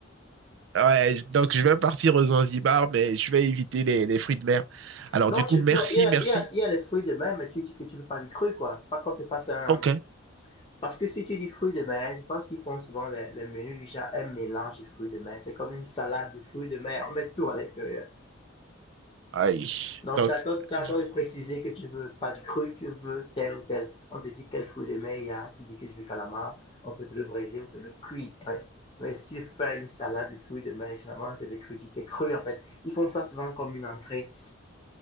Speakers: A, on the right; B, on the left.
A: Ouais, je- donc je vais partir aux Zanzibar, mais je vais éviter les, les fruits de mer. Alors
B: Non,
A: du coup,
B: tu,
A: merci,
B: non, il y a,
A: merci.
B: il y a, il y a les fruits de mer, mais tu dis que tu veux pas du cru, quoi. Pas quand tu fasses un,
A: Ok.
B: Parce que si tu dis fruits de mer, je pense qu'ils font souvent les, les menus du genre un mélange de fruits de mer. C'est comme une salade de fruits de mer. On met tout à l'intérieur.
A: Aïe.
B: Donc,
A: Donc,
B: c'est à, toi, c'est à
A: je,
B: toi de préciser que tu veux pas du cru, tu veux tel ou tel. On te dit quel fruit de mer il y a, tu dis que je veux calamar, on peut te le briser ou te le cuire. ouais. Mais si tu fais une salade de fruits de mer, généralement, c'est des crudités, c'est cru en fait. Ils font ça souvent comme une entrée.